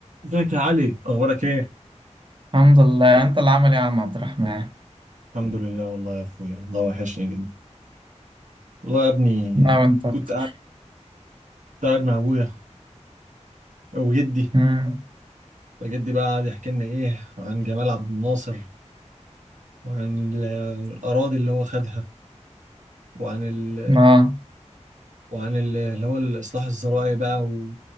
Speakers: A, on the right; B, on the right.
A: ازيك يا علي اخبارك ايه
B: الحمد لله انت اللي عامل ايه يا عم عبد الرحمن
A: الحمد لله والله يا اخويا والله وحشني جدا والله يا ابني
B: لا وانت اكتر
A: كنت قاعد كنت قاعد مع ابويا وجدي
B: امم
A: فجدي بقى قعد يحكي لنا ايه عن جمال عبد الناصر وعن ال- الاراضي اللي هو خدها وعن ال
B: اه
A: وعن ال- اللي هو الاصلاح الزراعي بقى و...